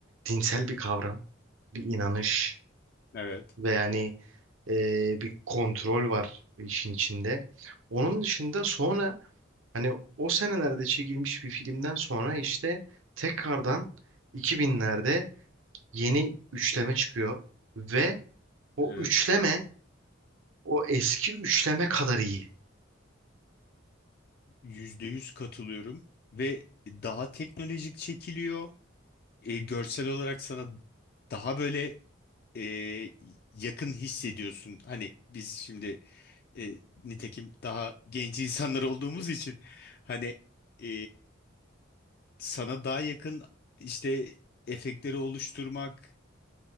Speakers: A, on the right (about 80°); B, on the left (about 50°).
A: dinsel bir kavram, bir inanış
B: evet,
A: ve yani e, bir kontrol var işin içinde. Onun dışında sonra hani o senelerde çekilmiş bir filmden sonra işte tekrardan 2000'lerde yeni üçleme çıkıyor ve o
B: evet.
A: üçleme o eski üçleme kadar iyi.
B: Yüzde yüz katılıyorum ve daha teknolojik çekiliyor. e, görsel olarak sana daha böyle e, yakın hissediyorsun. Hani biz şimdi e, nitekim daha genç <laughs> insanlar olduğumuz için hani e, sana daha yakın işte efektleri oluşturmak